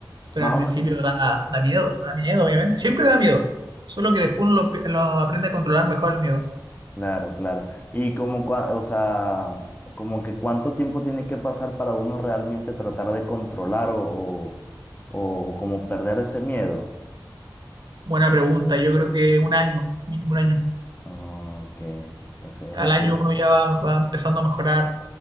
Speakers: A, on the right (about 65°); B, on the left (about 25°).
A: Pero
B: Más
A: al principio
B: o,
A: da, da miedo, da miedo, obviamente. Siempre da miedo. Solo que después uno lo lo aprende a controlar mejor el miedo.
B: Claro, claro. Y como, cua- o sea, como que cuánto tiempo tiene que pasar para uno realmente tratar de controlar o, o, o como perder ese miedo.
A: Buena pregunta, yo creo que un año, mínimo un año.
B: Ah, Ok. O sea,
A: Al
B: es
A: año
B: decir,
A: uno ya va, va empezando a mejorar.